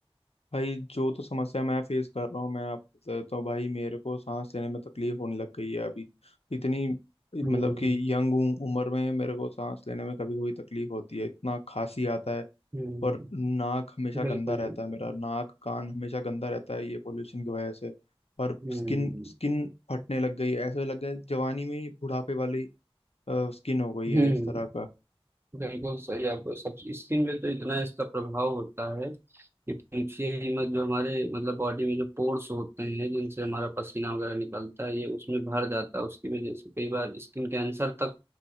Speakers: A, on the left; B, on the right.
A: भाई जो तो समस्या मैं फेस कर रहा हूँ मैं आपको बता देता हूँ भाई मेरे को सांस लेने में तकलीफ होने लग गई है अभी इतनी मतलब
B: हम्म
A: कि यंग उम्र में मेरे को सांस लेने में कभी कभी तकलीफ होती है इतना खांसी आता है
B: हम्म
A: और नाक हमेशा
B: बिल्कुल
A: गंदा रहता
B: बिल्कुल
A: है मेरा नाक कान हमेशा गंदा रहता है ये पोल्यूशन की वजह से और
B: हम्म
A: स्किन स्किन फटने लग गई है ऐसे लग गया है जवानी में ही बुढ़ापे वाली स्किन हो गई
B: हम्म
A: है इस तरह का
B: बिल्कुल सही आप सब स्किन में तो इतना इसका प्रभाव होता है कि पूछिए ही मत जो हमारे मतलब बॉडी में जो पोर्स होते हैं जिनसे हमारा पसीना वगैरह निकलता है ये उसमें भर जाता है उसकी वजह से कई बार स्किन कैंसर तक